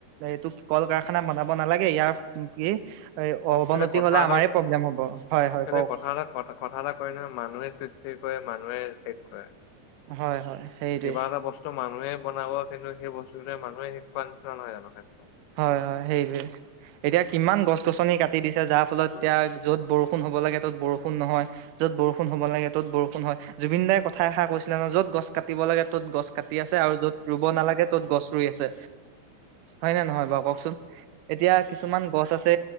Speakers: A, on the right; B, on the left.
A: এইটো কল কাৰখানা বনাব নালাগে, ইয়াৰ কি এই অৱনতি
B: এতিয়া কথা
A: হলে
B: এটা
A: আমাৰে প্ৰব্লেম হ'ব হয় হয়
B: এতিয়া
A: কওক
B: কথা এটা কথা এটা কয় নহয় মানুহে সৃষ্টি মানুহে শেষ কৰে,
A: হয় হয় সেইটোৱে
B: কিবা এটা বস্তু মানুহে বনাব কিন্তু সেই বস্তুতোৱে মানুহে শিকোৱাৰ নিচিনা নহয় জানো
A: হয় হয় সেইটোৱে এতিয়া কিমান গছ- গছনি কাটি দিছে যাৰ ফলত
B: অ
A: এতিয়া য'ত বৰষুণ হ'ব লাগে ত'ত বৰষুণ নহয়। য'ত বৰষুণ হ'ব লাগে ত'ত বৰষুণ হয় জুবিন দাই কথা এষাৰ কৈছিলে ন য'ত গছ কাটিব লাগে ত'ত গছ কাটি আছে আৰু য'ত ৰুব নালাগে ত'ত গছ ৰুই আছে। হয় নে নহয় বাৰু কওকচোন, এতিয়া কিছুমান গছ আছে